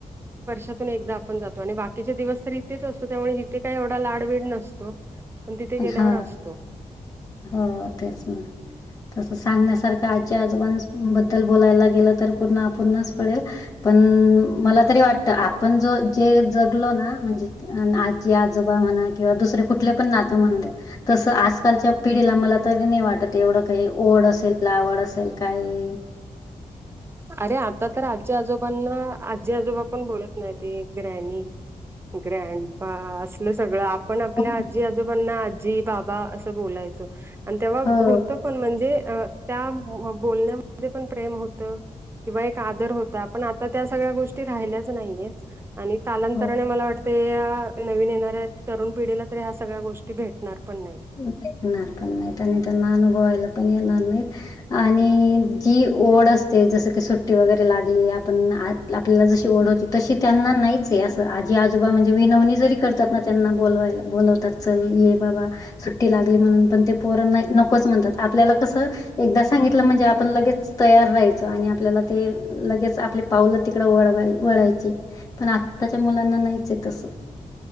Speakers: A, on the right; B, on the left.
A: ात एकदा आपण जातो आणि बाकीचे दिवस तर इथेच असतो त्यामुळे इथे काय एवढा लाड वड नसतो. पण तिथे गेल्यावर
B: हां,
A: असतो
B: हो तेच ना तसं सांगण्यासारखं आजी आजोबां बद्दल बोलायला गेलं तर पुूर्ण पुूर्णच पडेल पण मला तरी वाटत आपण जो जे जगलो ना म्हणजे आजी आजोबा म्हणा किंवा दुसरे कुठले पण नातं म्हणले तसं आजकालच्या पिढीला मला तरी नाही वाटत एवढं काही ओढ असेल लावड असेल काही
A: <inaudible> अरे आता तर आजी आजोबांना आजी आजोबा पण बोलत नाही ते ग्रॅणी ककरा असलं सगळं आपण आपल्या
B: हो
A: आजी आजोबांना आजी बाबा असं बोलायचो आणि तेव्हा
B: हो
A: होतं पण म्हणजे त्या बोलण्यामध्ये पण प्रेम होतं किंवा एक आदर होता पण आता त्या सगळ्या गोष्टी राहिल्याच नाहीयेत आणि कालांतराने
B: हो.
A: मला वाट. ते नवीन येणाऱ्या तरुण पिढीला तरी ह्या सगळ्या गोष्टी भेटणार पण नाहीत.
B: प येतना व बॉयल पत आणि जी ओढ असते जसं की सुट्टी वगैरे लागली आपण आ आपल्याला जशी ओढ होती तशी त्यांना नाहीच असं आजी आजोबा म्हणजे विनवणी जरी कर त्यांना बोलवायला बोलवतात चल ये बाबा सुट्टी लागली म्हणून पण ते पोरण नाही नकोच म्हणतात आपल्याला कसं एकदा सांगितलं म्हणजे आपण लगेच तयार राहायचो आणि आपल्याला ते लगेच आपली पावल तिकड वळवाय वळायची. पण आत्ताच्या मुलांना नाहीच आहे तसं